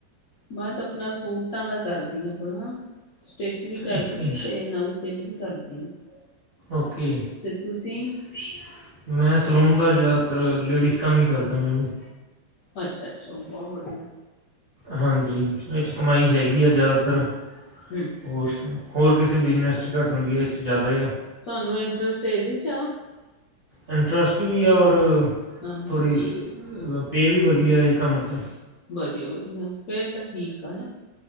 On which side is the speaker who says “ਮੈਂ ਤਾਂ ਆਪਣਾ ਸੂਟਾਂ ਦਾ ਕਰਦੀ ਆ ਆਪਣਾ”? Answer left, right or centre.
Left